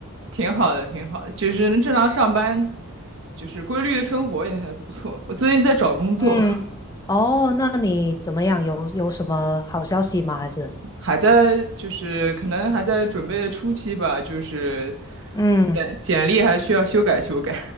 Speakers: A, on the right; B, on the left.
A: 挺好的，挺好的，就是能正常上班，就是规律的生活也还不错。我最近在找工作，
B: <laughs> 嗯，哦，那你怎么样？有有什么好消息吗？还是？
A: <laughs> 还在就是可能还在准备的初期吧，就是
B: 嗯，
A: 简简历还需要修改修改，